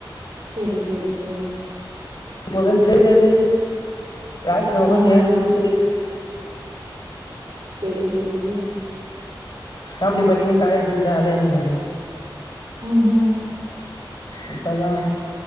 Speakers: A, on the right (about 65°); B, on the left (about 55°).
A: செரி செரி செரி
B: எப்போது தெரிறாது லாஸ்ட்ல
A: ஆ,
B: உக்காந்து எழுதுன்ன
A: ஆ.
B: தெரியாது
A: செரி செரி செரி
B: காமிடி பண்ணின்னு காலேஜ்ல ஜாலியாருந்த
A: ம் ம்
B: இப்பதா